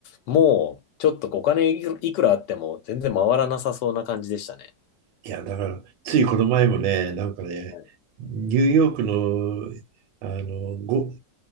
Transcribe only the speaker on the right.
いや、だから、ついこの前もね、なんかね、
ニューヨークの、あの、ご